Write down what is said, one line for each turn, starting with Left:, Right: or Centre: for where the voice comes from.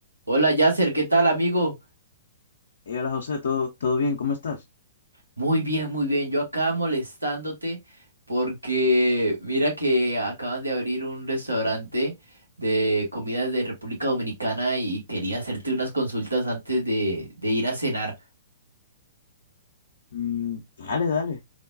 Right: Hola Yasser, ¿qué tal amigo?
Left: Hey, hola José, ¿todo, todo bien? ¿Cómo estás?
Right: Muy bien, muy bien. Yo acá molestándote porque mira que acaban de abrir un restaurante de comidas de República Dominicana y quería hacerte unas consultas antes de, de ir a cenar.
Left: Mm, dale, dale.